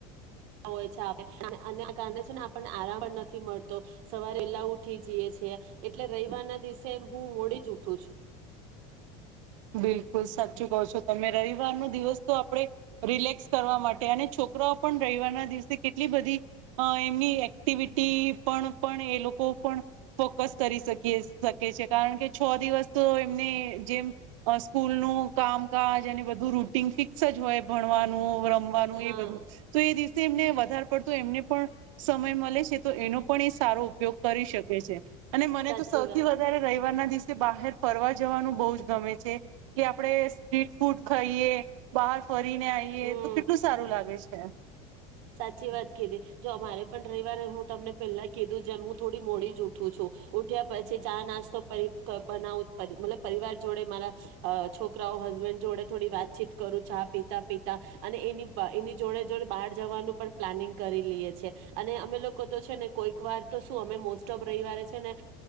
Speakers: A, on the right; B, on the right.
A: હોય છે <unintelligible> આના કારણે છે ને આપણને આરામ પણ નથી મળતો, સવારે વેલા ઉઠી જઈએ છે, એટલે રઈવારના દિવસે હું મોડી જ ઉઠું છું.
B: બિલકુલ સાચું કહો છો તમે, રવિવારનો દિવસ તો આપણે રિલેક્સ કરવા માટે અને છોકરાઓ પણ રઈવારના દિવસે કેટલી બધી અહ એમની એક્ટિવિટી પર પણ એ લોકો પણ ફોકસ કરી શકીએ શકે છે કારણ કે છ દિવસ તો એમને જેમ અહ સ્કૂલ નું કામકાજ અને બધું રૂટીન ફિક્સ જ હોય ભણવાનું, રમ વાનું
A: હા
B: એ બધું તો એ દિવસે એમને વધાર પડતું એમને પણ સમય મલે છે, તો એનો પણ એ સારો ઉપયોગ કરી શકે છે. અને મને
A: સાચી
B: તો સૌથી
A: વાત
B: વધારે રઈવારના દિવસ સે બહાર ફરવા જવાનું બહું જ ગમે છે કે આપણે સ્ટ્રીટ ફૂડ ખાઈએ, બહાર ફરીને આઈએ,
A: હમ
B: તો કેટલું સારું લાગે છે.
A: સાચી વાત કીધી જો અમારે પણ રવિવારે હું તમને પહેલા કીધું જેમ હું થોડી મોડી જ ઉઠું છું ઉઠ્યા પછી ચા નાસ્તો બનાવું મતલબ પરિવાર જોડે મારા છોકરાઓ હસબેન્ડ જોડે થોડી વાતચીત કરું ચા પીતા પીતા અને એની એની જોડે જોડે બાર જવાનું પણ પ્લાનિંગ કરી લઈએ છેએ અને અમે લોકો તો છે ને કોઈક વાર તો શું અમે મોસ્ટ ઓફ રવિવારે છે નેમ